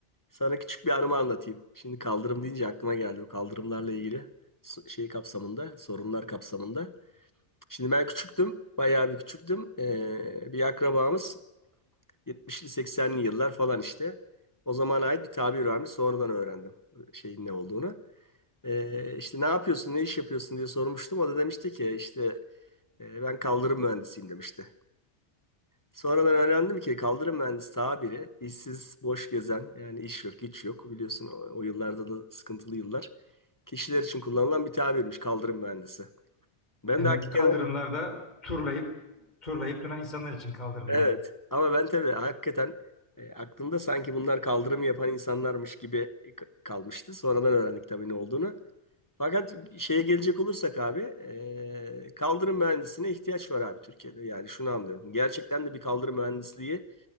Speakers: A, on the left; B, on the left.
A: Sana küçük bir anımı anlatayım. Şimdi kaldırım deyince aklıma geldi bu kaldırımlarla ilgili so- şey kapsamında, sorunlar kapsamında. Şimdi ben küçüktüm, bayağı bir küçüktüm. Ee, bir akrabamız 70'li 80'li yıllar falan işte. O zamana ait bir tabir varmış. Sonradan öğrendim şeyin ne olduğunu. Ee, işte ne yapıyorsun, ne iş yapıyorsun diye sormuştum. O da demişti ki işte e, ben kaldırım mühendisiyim demişti. Sonradan öğrendim ki kaldırım mühendisi tabiri işsiz, boş gezen yani iş yok, güç yok. Biliyorsun o, o yıllarda da sıkıntılı yıllar. Kişiler için kullanılan bir tabirmiş kaldırım mühendisi. Ben
B: Yani
A: de hakikaten
B: kaldırımlarda turlayıp turlayıp duran insanlar için kaldırımda.
A: evet ama ben tabii hakikaten e, aklımda sanki bunlar kaldırımı yapan insanlarmış gibi k- kalmıştı. Sonradan öğrendik tabii ne olduğunu. Fakat şeye gelecek olursak abi e, kaldırım mühendisine ihtiyaç var abi Türkiye'de. Yani şunu anlıyorum. Gerçekten de bir kaldırım mühendisliği,